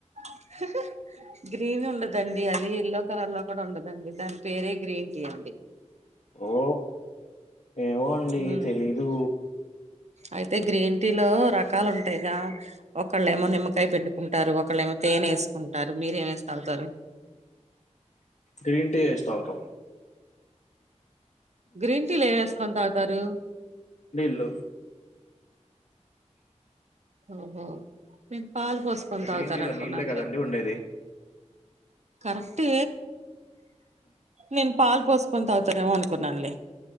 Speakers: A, on the right (about 65°); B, on the left (about 70°).
A: <inaudible> గ్రీన్ ఉండదండి అది ఎల్లో కలర్ లో కూడా ఉండదండి దాని పేరే గ్రీన్ టీ అండి
B: ఓ ఏమో అండి
A: ఉమ్
B: తెలీదు
A: అయితే గ్రీన్ టీ లో రకాలు ఉంటాయిగా ఒకళ్ళేమో నిమ్మకాయ పెట్టుకుంటారు ఒకళ్ళేమో తేనె ఏనేేసుకుంటారు మీరేమి వేసి తాగుతారు
B: గ్రీన్ టీ వేసి తాగుతాం
A: గ్రీన్ టీలు ఏం వేసుకొని తాగుతారు
B: నీళ్ళు
A: ఓహో పాలు పోసుకొని తాగుతారు
B: గ్రీన్ టీలో
A: అనుకున్నానులే
B: నీళ్ళే కదండి ఉండేది
A: కరెక్ట్ నేను పాల్ పోస్ తాగుతారేమో అనుకున్నానులే